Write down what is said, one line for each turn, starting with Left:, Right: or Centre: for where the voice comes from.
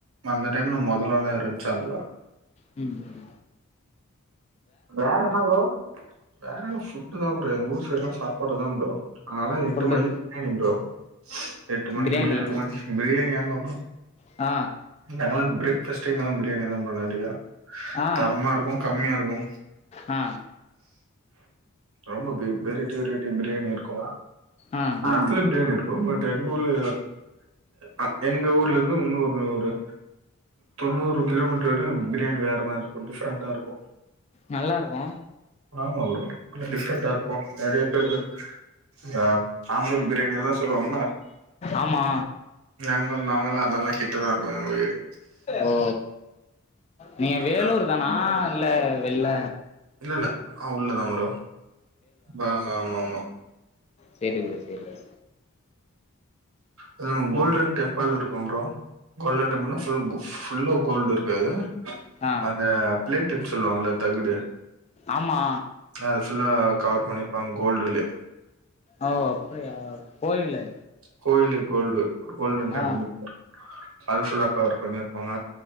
Right: அந்த டைம்ல மொதலலா இருந்துச்சா அதுல
Left: ம்
Right: வேற என்ன ப்ரோ வேற என்ன ஃபுட்டு தா ப்ரோ எங்க ஊரு சைட்லா சாப்பாடு தா ப்ரோ அதலா எட்டு
Left: ஃபுட்டு
Right: மணிக்கே பிரியாணி ப்ரோ எட்டு மணி
Left: பிரியாணி
Right: ஏழு மணி பிரியாணி ஆமா ப்ரோ
Left: ஆ
Right: நாங்கல்லா பிரேக் ஃபாஸ்ட்டே இங்கெல்லா பிரியாணி தா ப்ரோ நெறையா
Left: ஆ
Right: தரமா இருக்கு கம்மியா இருக்கு
Left: ஆ
Right: ஆமா வெரைட்டி வெரைட் டி பிரியாணி இருக்கு
Left: ஆ
Right: எட்த்துல பிரியாணி இருக்கு பட் எங்க ஊர்ல ஆ எங்க ஊர்ல இருந்து இன்னோரு ஊரு தொண்ணூறு கிலோமீட்டர் வரையு பிரியாணி வேற மாரி இருக்கு டிஃப்ரெண்டா இருக்கு
Left: நல்லாருக்கு
Right: ஆமா ப்ரோ கொஞ்சோ டிஃப்ரெண்டா இருக்கு நெறைய பேருக்கு இந்த ஆம்பூர் பிரியாணிலா சொல்லுவாங்கள
Left: ஆமா
Right: நாங்கள் நாங்கள்லா அதெல்லா கிட்டதா இருக்கோ எங்க வீடு
Left: ஓ நீங்க வேலூர்
Right: ஆ
Left: தானா இல்ல வெள்ல
Right: இல்லல்ல ஆ உள்ளதா ப்ரோ ப ஆமாமா
Left: செரி ப்ரோ செரி
Right: அதுவு கோல்டன் டெம்பிள்னு இருக் கும் ப்ரோ கோல்டன் டெம்பிள்னா ஃபுல் ஃபுல்லா கோல்டு இருக்காது
Left: ஆ
Right: அந்த பிளேட்டுன் சொல்லுவாங்கள தகுடு
Left: ஆமா
Right: அது ஃபுல்லா கவர் பண்ணிருப்பாங்க கோல்டுலே
Left: ஓ அப்டியா கோயிலு
Right: கோயிலு கோல்டு கோல்டன் டெம்பிள்னுருக்
Left: ஆ
Right: அது ஃபுல்லா கவர் பண்ணிருப்பாங்க